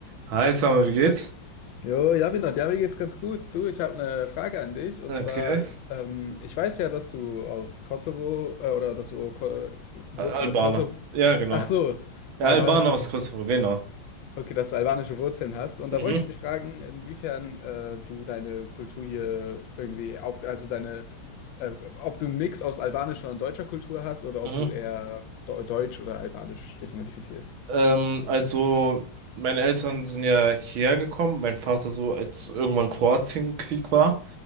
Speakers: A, on the right (about 85°); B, on the left (about 75°).
A: Hi, Summer, wie geht's?
B: Jo, Javinot, ja, mir geht's ganz gut. Du, ich habe eine Frage an dich. Und
A: Okay.
B: zwar, ähm, ich weiß ja, dass du aus Kosovo, äh, oder dass du oh, Ko Wurzeln
A: Al- Albaner.
B: aus Kosovo,
A: Ja, genau.
B: ach so,
A: Ja,
B: albanische,
A: Albaner aus
B: Wur-
A: Kosovo, genau.
B: okay, dass du albanische Wurzeln hast. Und
A: Mhm,
B: da wollte ich dich fragen, inwiefern äh, du deine Kultur hier irgendwie auf, also deine, äh, ob du einen Mix aus albanischer und deutscher Kultur hast oder
A: mhm.
B: ob du eher deu- deutsch oder albanisch dich identifizierst.
A: Ähm, also, meine Eltern sind ja hierher gekommen. Mein Vater so, als irgendwann Kroatienkrieg war.